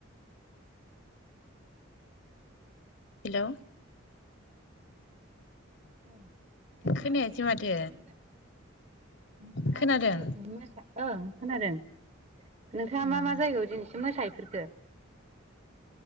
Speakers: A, on the left; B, on the right.
A: हेलौ
B: औ नोंथाव
A: खोनायासै माथो
B: मा मा जा नोंथा
A: खोनादों
B: मा जायगायाव दनि मोसा? ओं खोनादों। नोंथाङा
A: उम
B: मा मा जायगायाव दिनैसिम मोसाहैफेरखो?